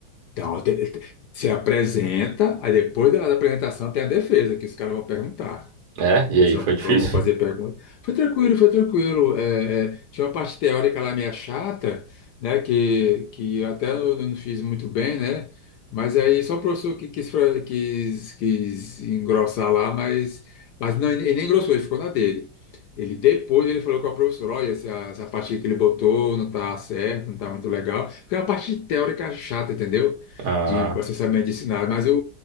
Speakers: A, on the left; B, on the right.
A: então, te- te- se apresenta, aí depois da apresentação tem a defesa, que os caras vão perguntar.
B: É, e
A: Eles
B: aí
A: vão,
B: foi
A: vão
B: difícil?
A: fazer perguntas. Foi tranquilo, foi tranquilo. É, é, tinha uma parte teórica lá meio chata, né? Que, que eu até eu não fiz muito bem, né? Mas aí só o professor que quis, fra- quis, quis engrossar lá, mas, mas não, ele nem engrossou, ele ficou na dele. Ele depois ele falou com a professora, olha, essa, essa parte que ele botou não tá certo, não tá muito legal. Porque é uma parte teórica chata, entendeu?
B: Ah,
A: De processamento de sinais. Mas o,